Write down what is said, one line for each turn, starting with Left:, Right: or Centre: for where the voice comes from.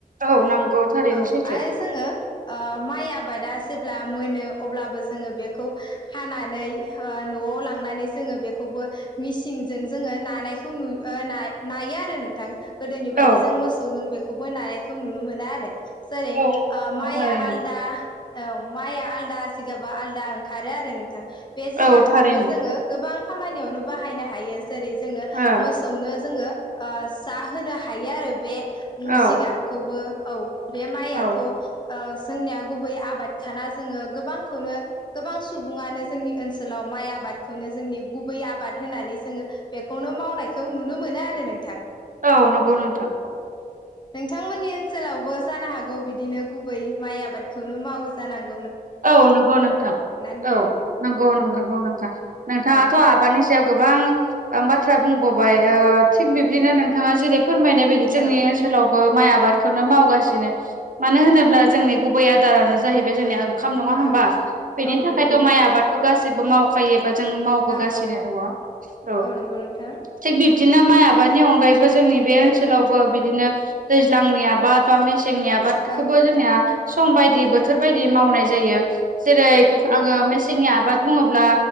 Right: औ नंगौ थारैनो
Left: औ
Right: सैथो
Left: आरो जोङो ओ माइ आ बादा जेब्ला मोनो अब्लाबो जोङो बेखौ हानानै ओ नआव लांनानै जों ङो बेखौबो मिसिनजों जोङो नानायखौ नु ओ ना नायो आरो नोंथां । गोदोनि बायदि
Right: औ
Left: जों मोसौ जों बेखौबो नानायखौ नुनो मोना आरो। जेरै
Right: औ नंगौ
Left: ओ
Right: नोंथां
Left: माइया
Right: थारैनो।
Left: आलदा औ । माइआ आलदा जिगाबा आलदा ओंखारो आरो नोंथां बे जिगाबखौबो
Right: औ थारैनो
Left: जोङो गोबां खामानियावनो बाहायनो हायो जेरै जोङो
Right: ओ
Left: मोसौनो जोङो ओ जाहोनो हायो आरो बे
Right: औ
Left: जिगाबखौबो औ । बे माइयाथ'
Right: औ
Left: ओ जोंनिया गुबै आबादखाना जोङो गोबांखौनो गोबां सुबुङानो जोंनि ओनसोलाव माइ आबादखौनो जोंनि गुबै आबाद होननानै जोङो बेखौनो मावनायखौ नुनो मोनो आरो नोंथां ।
Right: औ नंगौ नोंथां ।
Left: नोंथांमोननि ओनसोलावबो जानो हागौ बिदिनो गुबै माइ आबादखौनो मावो जानांगौ ।
Right: औ नंगौ नोंथां
Left: नोंथां
Right: औ नंगौ नंगौ औ नोंथां नोंथाङाथ'
Left: औ नोंथां
Right: आबादनि सायाव गोबां बाथ्रा बुंनोबाय ओ थिग
Left: औ
Right: बिब्दिनो नोंथाङा जेरै फोरमायनाय बायदि जोंनि
Left: औ
Right: ओनसोलावबो माइ आबादखौनो मावगासिनो मानो होनोब्ला जोंनि गुबै आदारानो जाहैबाय जोंनिया ओंखाम नङा होनबाबेनि
Left: औ औ
Right: थाखायथ'
Left: नंगौ नोंथां
Right: माइ आबादखौ गासि बो मावखायो बा जों मावबोगासिनो
Left: औ औ
Right: दङ औ
Left: नंगौ नोंथां
Right: थिग बि दिनो माइ आबादनि अनगायैबो जोंनि बे
Left: औ
Right: ओनसोलावबो बिदिनो दैज्लांनि आबाद बा मे सेंनि आबादखौबो
Left: औ
Right: जोंनिया सम बायदि बोथोर बायदि मावनाय जायो । जेरै
Left: औ नंगौ नोंथां
Right: आङो मेसेंनि आबाद बुङोब्ला